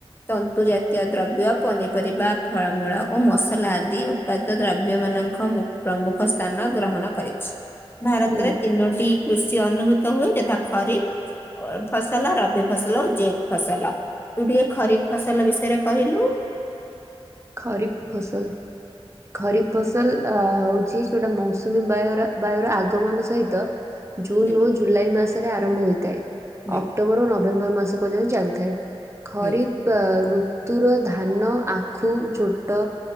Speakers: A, on the left; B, on the right.
A: ତନ୍ତୁ ଜାତୀୟ ଦ୍ରବ୍ୟ ପନିପରିବା ଫଳମୂଳ ଓ ମସଲା ଆଦି ଉତ୍ପାଦିତ ଦ୍ରବ୍ୟ ମାନଙ୍କ ପ୍ରମୁ ପ୍ରମୁଖ ସ୍ଥାନ ଗ୍ରହଣ କରିଛି। ଭାରତରେ
B: ହୁଁ।
A: ତିନୋଟି କୃଷି ଅନୁଭୂତ ହୁଏ। ଯଥା ଖରିଫ ଅ ଫସଲ ରବି ଫସଲ ଓ ଜେକ୍ ଫସଲ। ତୁ ଟିକେ ଖରିଫ ଫସଲ ବିଷୟରେ କହିଲୁ?
B: ଖରିଫ ଫସଲ। ଖରିଫ ଫସଲ ଅ ହଉଛି ଯୋଉଟା ମୌସୁମୀ ବାୟୁର ବାୟୁର ଆଗ ଆଗମନ ସହିତ ଜୁନ
A: ହୁଁ
B: ଓ ଜୁଲାଇ ମାସରେ ଆରମ୍ଭ ହୋଇଥାଏ।
A: ହୁଁ
B: ଅକ୍ଟୋବର ଓ ନଭେମ୍ବର ମାସ ପର୍ଯ୍ୟନ୍ତ ଚାଲିଥାଏ ଖରିଫ
A: ହୁଁ
B: ପା ଋତୁର ଧାନ ଆଖୁ ଝୋଟ